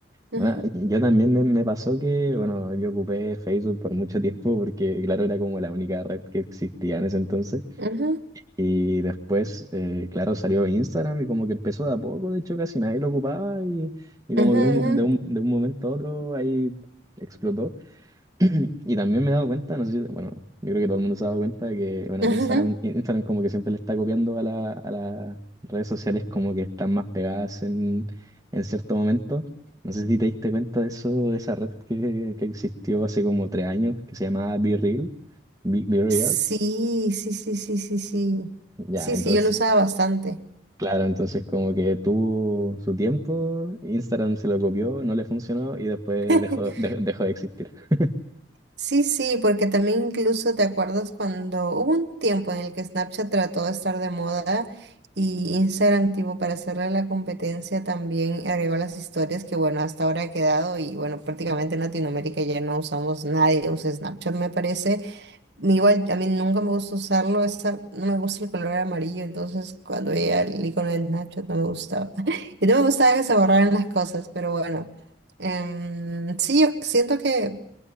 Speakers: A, on the right; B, on the right.
A: ujú,
B: Bueno, yo también me, me pasó que, bueno, yo ocupé Facebook por mucho tiempo porque, claro, era como la única red que existía en ese entonces.
A: ujú,
B: Y después, eh, claro, salió Instagram y como que empezó de a poco, de hecho, casi nadie lo ocupaba y, y
A: ujú,
B: como que de un, de un- de un momento a otro ahí explotó. <clears throat> Y también me he dado cuenta, no sé si, bueno, yo creo que todo el mundo se ha dado cuenta de que, bueno,
A: ujú,
B: Instagram,
A: ujú.
B: Instagram como que siempre le está copiando a la, a las redes sociales como que están más pegadas en, en cierto momento. No sé si te diste cuenta de eso, de esa red que, que existió hace como tres años, que se llamaba Be Real, Be, Be Reals.
A: Sí, sí, sí, sí, sí, sí.
B: Ya,
A: Sí,
B: entonces,
A: sí, yo lo usaba bastante.
B: claro, entonces como que tuvo su tiempo, Instagram se lo copió, no le funcionó y después
A: <laughs>
B: dejó, de- dejó de existir. <laughs>
A: Sí, sí, porque también incluso te acuerdas cuando hubo un tiempo en el que Snapchat trató de estar de moda y Instagram, tipo, para hacerle la competencia también agregó las historias que, bueno, hasta ahora ha quedado y, bueno, prácticamente en Latinoamérica ya no usamos, nadie usa Snapchat, me parece. Igual, a mí nunca me gusta usarlo, esa, no me gusta el color amarillo, entonces cuando veía el icono de Snapchat no me gustaba. <laughs> Y no me gustaba que se borraran las cosas, pero bueno. Em, sí, yo siento que